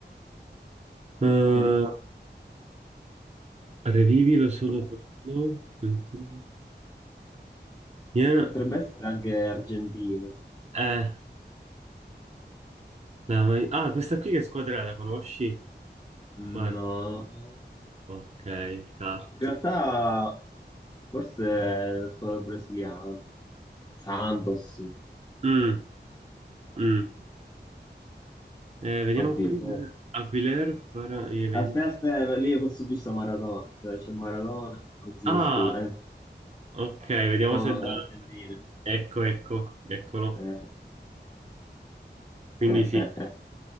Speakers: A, on the right; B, on the left.
A: Eh,
B: Ok,
A: revivilo solo
B: Pot-
A: per... no, ancora. Viene-
B: potrebbe essere anche argentino.
A: Eh, la- ah, questa qui che squadra è? La conosci?
B: No,
A: Guarda.
B: in
A: Ok, cat.
B: realtà forse la squadra brasiliana. Santos,
A: Mm, mm. Eh, vediamo
B: oddio.
A: qui. Aquiler para evento.
B: Aspetta, aspetta, lì forse ho visto Maradona. Dove c'è Maradona, non si
A: Ah,
B: discute. Eh,
A: ok, vediamo
B: siamo
A: se da...
B: argentini.
A: Ecco, ecco, eccolo.
B: Eh,
A: Quindi
B: eh,
A: sì,
B: eh, eh. eh,